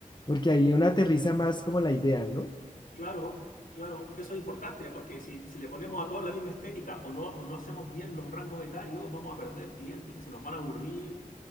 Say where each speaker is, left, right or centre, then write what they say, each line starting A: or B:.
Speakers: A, on the left; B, on the left.
A: porque ahí uno aterriza más como la idea, ¿no?
B: claro, claro, porque eso es importante, porque si, si le ponemos a todos la misma estética o no, o no hacemos bien los rangos etarios, vamos a perder clientes que se nos van a aburrir